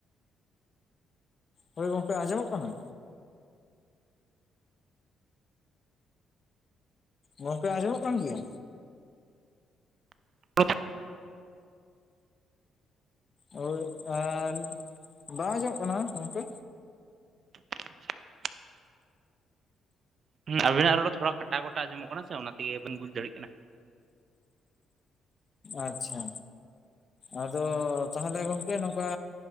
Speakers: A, on the left (about 40°); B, on the right (about 55°).
A: ᱦᱳᱭ ᱜᱚᱝᱠᱮ ᱟᱸᱡᱚᱢᱚᱜ ᱠᱟᱱᱟ? ᱜᱚᱝᱠᱮ ᱟᱸᱡᱚᱢᱚᱜ ᱠᱟᱱ ᱜᱮᱭᱟ?
B: <inaudible>
A: ᱦᱚᱭ ᱟᱨ ᱵᱟᱝ ᱟᱸᱡᱚᱢᱚᱜ ᱠᱟᱱᱟ ᱜᱚᱝᱠᱮ?
B: <unintelligible> ᱦᱩᱸ ᱟᱵᱤᱱᱟᱜ ᱨᱚᱲ ᱛᱷᱚᱲᱟ ᱠᱟᱴᱟᱣ ᱠᱚᱴᱟᱣ ᱟᱸᱡᱚᱢᱚᱜ ᱠᱟᱱᱟ ᱥᱮ ᱚᱱᱟ ᱛᱮᱜᱮ ᱵᱟᱞᱤᱧ ᱵᱩᱡ ᱫᱟᱲᱮᱭᱟᱜ ᱠᱟᱱᱟ᱾
A: ᱟᱪᱪᱷᱟ ᱟᱫᱚ ᱛᱟᱦᱚᱞᱮ ᱜᱚᱝᱠᱮ ᱱᱚᱝᱠᱟ